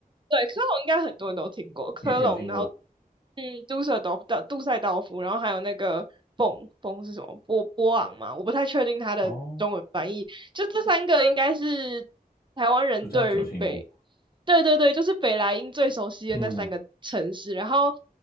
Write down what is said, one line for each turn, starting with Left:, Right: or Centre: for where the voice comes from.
Right: 对，科隆应该很多人都听过，科隆，
Left: 有有听过
Right: 然后嗯，杜塞道道杜塞道夫，然后还有那个蹦蹦是什么波波昂嘛？我不太确定它的中文翻译。
Left: 哦，
Right: 就这三个应该是台湾人对于北，
Left: 比较久听过。
Right: 对对对，就是北莱茵最熟悉的那三个城市。
Left: 嗯，
Right: 然后